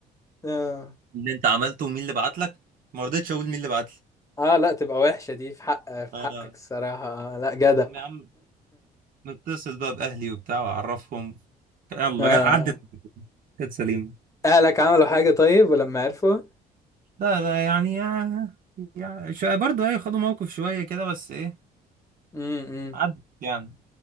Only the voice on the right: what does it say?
اللي انت عملته ومين اللي بعت لك ما رضيتش اقول مين اللي بعت لي
اه
يا عم نتصل بقى بأهلي وبتاع وأعرفهم يلا
عدت كانت سليمة
لا لا يعني يعني شوية برضه أيوة خدوا موقف شوية كده بس إيه
عدت يعني